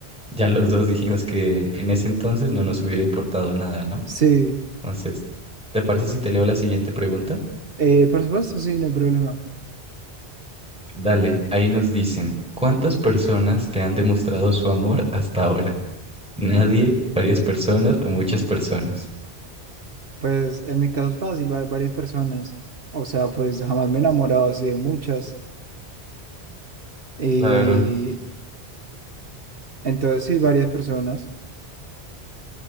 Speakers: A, in the centre; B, on the right.
A: Ya los dos dijimos que en ese entonces no nos hubiera importado nada, ¿no?
B: Sí,
A: Entonces, ¿te parece si te leo la siguiente pregunta?
B: eh, por supuesto, sí, no hay problema.
A: Dale, ahí nos dicen, ¿cuántas personas te han demostrado su amor hasta ahora? ¿Nadie, varias personas o muchas personas?
B: Pues en mi caso es fácil, va- varias personas. O sea, pues jamás me he enamorado así de muchas. Y
A: Claro,
B: entonces sí, varias personas.